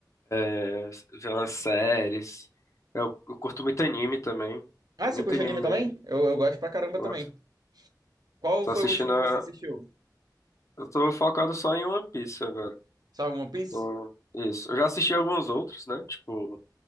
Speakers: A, on the left; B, on the right.
A: é, ver umas séries. Eu, eu curto muito anime também.
B: Ah,
A: Muito
B: você curte
A: anime
B: anime
A: mesmo.
B: também? Eu, eu gosto pra caramba
A: Gosto.
B: também. Qual
A: Tô
B: foi
A: assistindo
B: o último
A: a...
B: que você assistiu?
A: Eu tô focado só em One Piece agora.
B: Só One Piece?
A: Então, isso. Eu já assisti alguns outros, né? Tipo,